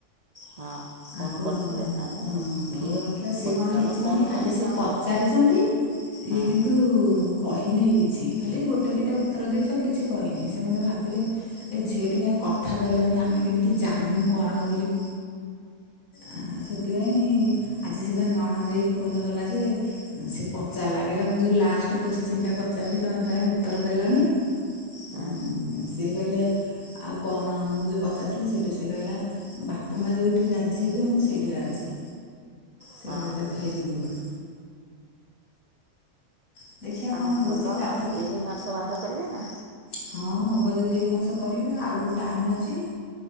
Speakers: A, on the right; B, on the left.
A: ହଁ ଫୋନ୍
B: ଆଙ୍କ
A: କରିଥିଲେ
B: ହୁଁ
A: ତାନେ ଆଉ ସିଏ
B: ଫୋନ କରିଥିଲା ସିଏ କଣ
A: ତେଣୁ
B: ହେଇଛିି
A: ଫୋନ୍
B: କହନି କାଲି
A: କଲେ
B: ସିଏ
A: ତାଙ୍କର
B: ପଚାରିଛନ୍ତି ଇଏ
A: ହଁ
B: କିନ୍ତୁ କହିନେଇ କିଛି ଖାଲି ଗୋଟେ ଦିଟା ଉତ୍ତର ଦେଇଚୁ ଆଉ କିଛି କହିନି ସେମାନେ ଭାବିଲେ ଏ ଝିଅଟି କାଇଁ କଥା କହିଲାନି ଆମେ କେମିତି ଜାଣିମୁଁ କଣ ବୋଲି? ଆ ସେଥିପାଇଁ ଆଜି ସେ ତା ନଣନ୍ଦେଇ ଫୋନ୍ କଲା ଯେ ଅ ସେ ପଚାରିଲା କହିଲା ମୁଁ ଯୋଉ ଲାଷ୍ଟ କୋଶ୍ଚିନଟା ପଚାରିଲି ତମେ ତ କାଇଁ ଉତ୍ତର ଦେଲନି?
A: ହଁ
B: ଉଁ ସିଏ କହିଲେ ଆଉ କଣ ମୁଁ ଯୋଉ ପଚାରିଥିଲି ସେଇଠୁ ସିଏ କହିଲା ବାପା ମା ଯୋଉ ଉଠି ରାଜି ହେବେ ମୁଁ ସେଇଠି ରାଜି ସେ
A: ହଁ
B: କହିଲା
A: ହଁ
B: ଭେରି ଗୁଡ଼୍। ହଁ ଦେଖିବା
A: ତାହେନେ
B: କଣ ହେଉଛି
A: ଭଲ
B: କାଲି
A: ଆଉ
B: ତ
A: ଏଇ ମାସ ବାହାଘର କରିବେ ନା!
B: ହଁ ହବ ଯଦି ଏଇ ମାସ କରିବେ ଆଉ କୋଉ ଟାଇମି଼ ଅଛି କି?